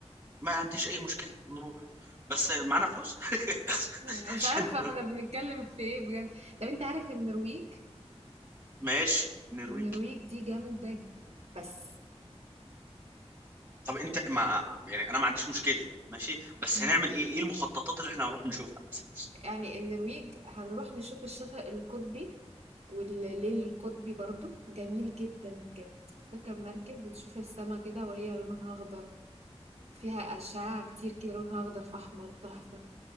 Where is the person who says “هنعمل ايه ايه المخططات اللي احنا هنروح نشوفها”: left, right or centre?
Right